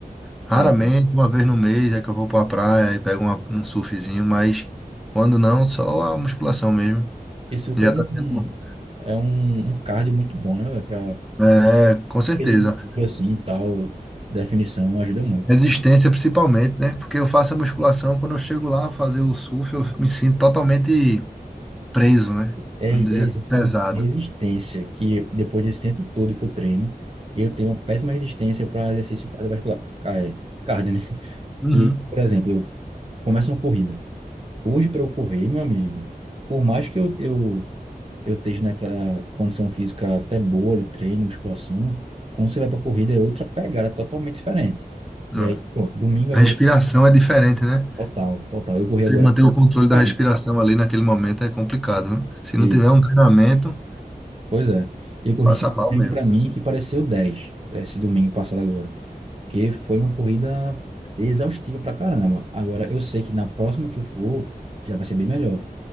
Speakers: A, in the centre; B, on the right.
A: Raramente,
B: É,
A: uma vez no mês, é que eu vou para a praia e pego uma- um surfzinho, mas quando não, só a musculação mesmo.
B: e surf
A: Já
B: é um
A: tá sendo
B: é um, um cardio muito bom, né, velho? Para
A: é, com certeza.
B: ele gordura assim e tal, definição ajuda muito.
A: Resistência principalmente, né? Porque eu faço a musculação, quando eu chego lá a fazer o surf, eu me sinto totalmente preso, né?
B: É,
A: Vamos
B: é
A: dizer assim,
B: exatamente
A: pesado.
B: resistência que depois desse tempo todo que eu treino, eu tenho uma péssima resistência para exercício cardiovascular, ca- é, cardio, né?
A: Uhum.
B: que, por exemplo, eu começo uma corrida. Hoje, para eu correr, meu amigo, por mais que eu, eu, eu esteja naquela condição física até boa de treino, musculação, quando você vai para corrida é outra pegada totalmente diferente. E
A: É.
B: aí, pô, domingo agora,
A: A respiração é diferente, né?
B: total, total. Eu corri agora
A: Você manter
B: 5
A: o controle da
B: km.
A: respiração ali naquele momento é complicado, né? Se
B: Isso.
A: não tiver um treinamento,
B: Pois é. Eu corri
A: passa
B: 5
A: mal
B: km
A: mesmo.
B: para mim, que pareceu 10 esse domingo passado agora. Porque foi uma corrida exaustiva pra caramba. Agora, eu sei que na próxima que eu for, já vai ser bem melhor.